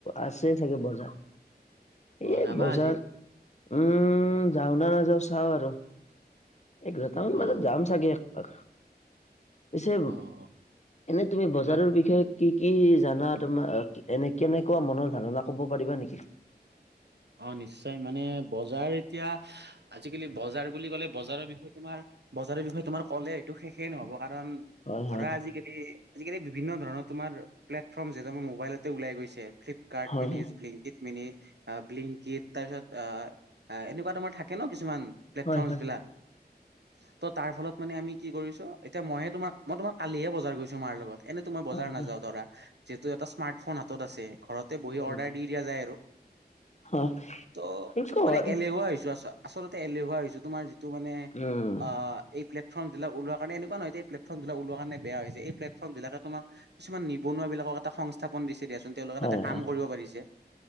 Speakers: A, on the left; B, on the right.
A: আছে ছাগে বজাৰ। এই
B: অ যাবা
A: বজাৰ
B: আজি
A: উম যাওঁ নে নাযাওঁ চাওঁ আৰু। এঘাৰটা মান বজাত
B: অ
A: যাম ছাগে একপাক। পিছে,
B: অ অ
A: এনেই তুমি বজাৰৰ
B: কোৱা
A: বিষয়ে কি কি জানা? তোমাৰ এনে কেনেকুৱা মনৰ ধাৰণা ক'ব পাৰিবা নেকি?
B: অ', নিশ্চয় মানে, বজাৰ এতিয়া আজিকালি বজাৰ বুলি ক'লে বজাৰৰ বিষয়ে তোমাৰ বজাৰৰ বিষয়ে তোমাৰ ক'লে এইটো শেষেই নহ'ব। কাৰণ
A: হয়
B: ধৰা
A: হয়
B: আজিকালি আজিকালি বিভিন্ন ধৰণৰ তোমাৰ প্লেটফৰ্ম যিকোনো মোবাইলতে ওলাই গৈছে। ফ্লিপকাৰ্ট
A: হয়
B: মিনিজ, ব্লিংকিট মিনি অ', ব্লিংকিট। তাৰপিছত অ' এনেকুৱা তোমাৰ থাকে ন কিছুমান প্লেটফৰ্মছবিলাক।
A: হয় হয়
B: তো তাৰফলত মানে আমি কি কৰিছোঁ? এতিয়া মইয়ে তোমাক মই তোমাৰ কালিহে বজাৰ গৈছোঁ মাৰ লগত। এনেটোমাৰ বজাৰ
A: হয় হয়
B: নাযাওঁ ধৰা, যিহেতু এটা স্মাৰ্টফোন হাতত আছে, ঘৰতে বহি
A: হয়
B: অৰ্ডাৰ দি দিয়া যায় আৰু।
A: হয়।
B: ত'
A: সেইটো
B: মানে
A: হয়
B: এলেহুৱা হৈছো আচ-আচলতে এলেহুৱা হৈছো তোমাৰ যিটো মানে
A: উম
B: অ' এই প্লেটফৰ্মবিলাক ওলোৱা কাৰণে, এনেকুৱা নহয় যে এই প্লেটফৰ্মবিলাক ওলোৱা কাৰণে বেয়া হৈছে, এই প্লেটফৰ্ম বিলাকে তোমাক কিছুমান নিবনুৱা বিলাকক এটা সংস্থাপন দিছে দিয়াচোন তেওঁলোকে
A: হয়
B: তাতে
A: হয়
B: কাম কৰিব পাৰিছে।